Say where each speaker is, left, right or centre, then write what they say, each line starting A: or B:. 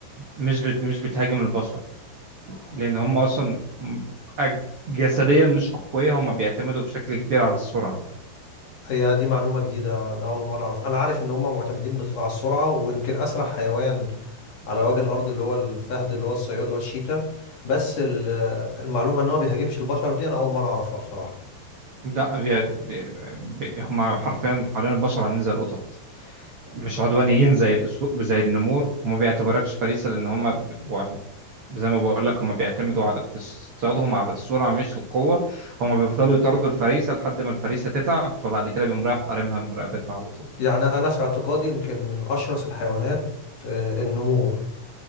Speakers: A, on the right (about 55°); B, on the left (about 55°).
A: مش بت... مش بتهاجم البشر لأن هم أصلا م- أج- جسديا مش أقوياء هم بيعتمدوا بشكل كبير على السرعة
B: هي دي معلومة جديدة أنا أول مرة أعرف أنا عارف إن هم معتمدين بس على السرعة ويمكن أسرع حيوان على وجه الأرض اللي هو الفهد اللي هو الصياد اللي هو الشيتا بس ال- المعلومة إن هو بيهاجمش البشر دي أنا أول مرة أعرفها بصراحة
A: لا بي... بي... بي... هم حرفيا حوالين البشر عاملين زي القطط مش عدوانيين زي الأسو... زي النمور وما بيعتبركش فريسة لأن هم زي ما بقول لك هم بيعتمدوا على في اصطيادهم على السرعه مش القوه هم بيفضلوا يطاردوا الفريسه لحد ما الفريسه تتعب فبعد كده بيقوم رايح قارمها من رقبتها على طول
B: يعني أنا في اعتقادي يمكن من أشرس الحيوانات آه، النمور